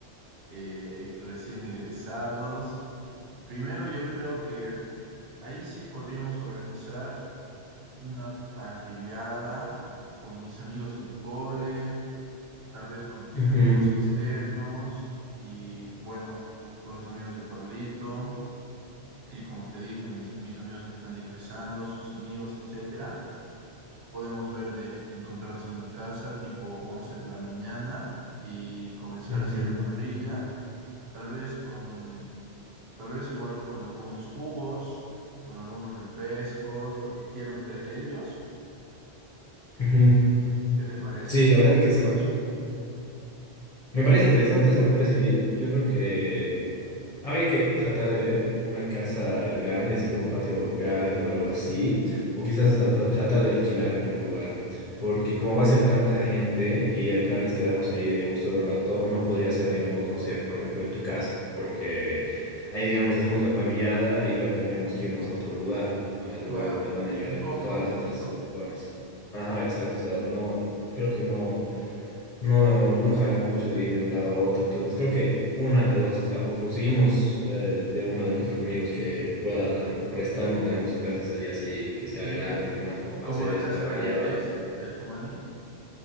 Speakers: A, on the right (about 65°); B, on the left (about 40°).
A: eh, recién egresados. Primero yo creo que ahí sí podríamos organizar una parrillada con mis amigos del cole, tal vez con tus
B: Ujú,
A: amigos externos y bueno, con los amigos de Pablito, Y como te dije, mis, mis amigos que están egresando, sus amigos, etcétera, podemos ver de encontrarnos en una casa tipo 11 de la mañana y comenzar
B: ujú,
A: a hacer parrilla, tal vez con, tal vez igual con algunos jugos, con algunos refrescos, lo que quieran traer ellos.
B: ujú.
A: ¿Qué te parece
B: Sí,
A: el
B: la
A: primer
B: verdad es que sí.
A: paso?
B: Me parece interesante, o sea, me parece bien. Yo creo que Habría que tratar de ver una casa grande, así con un patio grande o algo así, o quizás tratar, tratar de alquilar algún lugar, porque como va a ser tanta gente y el plan es quedarnos ahí, digamos, todo el rato, no podría ser, digamos, no sé, por ejemplo, en tu casa, porque ahí, digamos, hacemos la parrillada y luego tendríamos que irnos a otro lugar, al lugar
A: Claro,
B: en donde van a llegar,
A: incómodo
B: digamos, todas las
A: también,
B: otras
A: ¿no?
B: personas. Ajá, exacto, o sea, no, creo que no no, no jala mucho de ir de un lado a otro. Entonces creo que una de dos, o sea, o conseguimos eh, de alguno de nuestros amigos que pueda dar- prestarnos, digamos, su casa ese día así, que sea
A: Sí,
B: grande y demás, como para
A: como
B: hacer
A: la
B: esa,
A: casa
B: la parrillada.
A: de Andrés de Achumani.